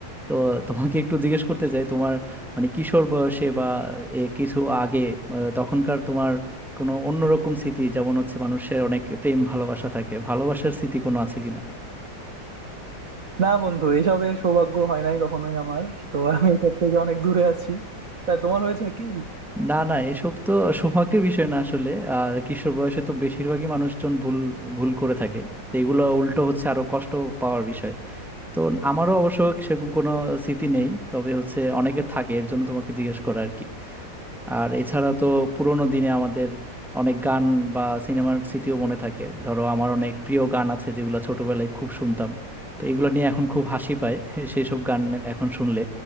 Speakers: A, in the centre; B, on the right (about 50°).
A: তো তোমাকে একটু জিজ্ঞেস করতে চাই তোমার মানে কিশোর বয়সে বা এ কিছু আগে আহ, তখনকার তোমার কোনো অন্যরকম স্মৃতি যেমন হচ্ছে মানুষের অনেক প্রেম ভালোবাসা থাকে ভালোবাসার স্মৃতি কোনো আছে কিনা
B: না বন্ধু এসবের সৌভাগ্য হয় নাই কখনোই আমার তো আমি এসব থেকে অনেক দূরে আছি তা তোমার হয়েছে কি
A: না না এসব তো সৌভাগ্যের বিষয় না আসলে আর কিশোর বয়সে তো বেশিরভাগই মানুষজন ভুল ভুল করে থাকে তো এগুলো উল্টো হচ্ছে আরো কষ্ট পাওয়ার বিষয় তো আমারও অবশ্য সেরকম কোনো স্মৃতি নেই তবে হচ্ছে অনেকের থাকে এর জন্য তোমাকে জিজ্ঞেস করা আর কি আর এছাড়া তো পুরোনো দিনে আমাদের অনেক গান বা সিনেমার স্মৃতিও মনে থাকে ধরো আমার অনেক প্রিয় গান আছে যেগুলো ছোটবেলায় খুব শুনতাম তো এগুলো নিয়ে এখন খুব হাসি পায় <laughs> সেসব গান এখন শুনলে